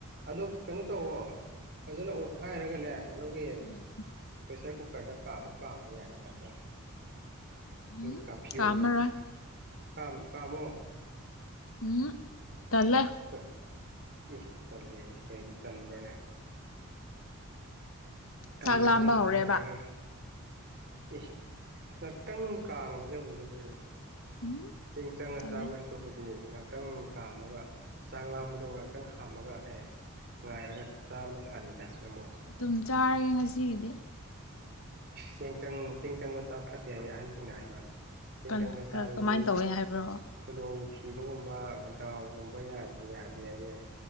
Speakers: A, on the right (about 50°); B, on the left (about 70°).
A: ꯑꯗꯨꯣ ꯀꯩꯅꯣ ꯇꯧꯋꯣ ꯐꯖꯅ ꯑꯣꯠꯈꯥꯏꯔꯒꯅꯦ ꯀꯩꯅꯣꯒꯤ
B: ꯎꯝ
A: ꯄ꯭ꯔꯦꯁꯔ ꯀꯨꯀꯔꯗ ꯀꯥꯞ ꯑꯃꯨꯛ ꯀꯥꯝꯕ ꯌꯥꯅꯤ ꯉꯥꯛꯇꯪ ꯑꯗꯨꯗꯤ
B: ꯎꯝ
A: ꯀꯥꯞꯐꯤ
B: ꯀꯥꯝꯃꯔꯣꯏ
A: ꯑꯣꯏꯗꯣꯏꯅꯤ ꯀ ꯀꯥꯃꯣ
B: ꯎꯝ ꯇꯜꯂꯦ
A: ꯀ ꯏ ꯇꯜꯂꯦꯌꯦ ꯀꯔꯤꯒꯤ ꯇꯟꯕ꯭ꯔꯅꯦ ꯇꯟꯒꯅꯨ
B: ꯆꯥꯛ ꯂꯥꯝꯕ ꯍꯧꯔꯦꯕ
A: ꯇꯟꯒꯅꯨ ꯑꯦ ꯉꯥꯛꯇꯪ ꯀꯥꯝꯒꯗꯧꯕꯗꯨꯕꯨ
B: ꯎꯝ
A: ꯆꯦꯡ ꯆꯪꯉ
B: ꯇꯜꯂꯦ
A: ꯆꯥꯕ ꯑꯣꯏꯁꯨ ꯑꯗꯨꯕꯨꯗꯤ ꯉꯍꯥꯛꯇꯪ ꯀꯥꯝꯃꯒ ꯆꯥꯛ ꯂꯥꯝꯕꯗꯣ ꯉꯥꯏꯍꯥꯛꯇꯪ ꯍꯥꯝꯃꯒ ꯑꯦ ꯉꯥꯏꯔꯒ ꯆꯥꯕꯅ ꯐꯅꯤꯗ ꯅꯪꯕꯨ
B: ꯑꯗꯨꯝ ꯆꯥꯔꯒꯦ ꯉꯁꯤꯒꯤꯗꯤ
A: ꯆꯦꯡ ꯆꯪ ꯆꯦꯡ ꯆꯪꯕ ꯆꯥ ꯐꯠꯇꯦ ꯍꯥꯏ ꯑꯍꯟꯁꯤꯡꯅ ꯍꯥꯏꯕ ꯆꯤꯡ
B: ꯀꯅꯥ
A: ꯆꯪꯕꯁꯥ ꯆꯥꯔꯗꯤ
B: ꯀꯃꯥꯏꯅ ꯇꯧꯋꯦ ꯍꯥꯏꯕ꯭ꯔꯣ
A: ꯈꯨꯗꯣꯡꯊꯤꯕꯒꯨꯝꯕ ꯗꯥꯎꯒꯨꯝꯕ ꯌꯥꯗꯦ ꯌꯥꯗꯦ ꯍꯥꯏꯌꯦ